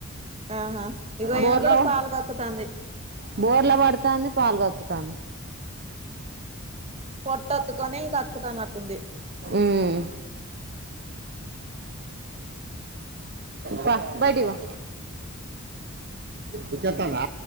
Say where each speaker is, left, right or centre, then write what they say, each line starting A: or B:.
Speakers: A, on the right (about 25°); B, on the right (about 45°).
A: ఆహా ఇగో
B: బోర్లా
A: ఈమె కూడా పాలు కక్కుతాంది
B: బోర్లా పడుతా అంది పాలు కకు స్తాను
A: పొట్టొత్తుకొని కక్కుతానట్టుంది
B: ఉమ్ వా బయటి వా ఉచతనా